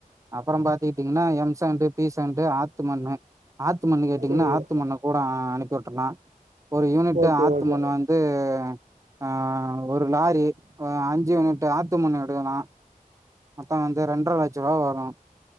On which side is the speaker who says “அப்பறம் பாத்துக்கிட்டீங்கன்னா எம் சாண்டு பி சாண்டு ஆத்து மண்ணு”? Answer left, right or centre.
Right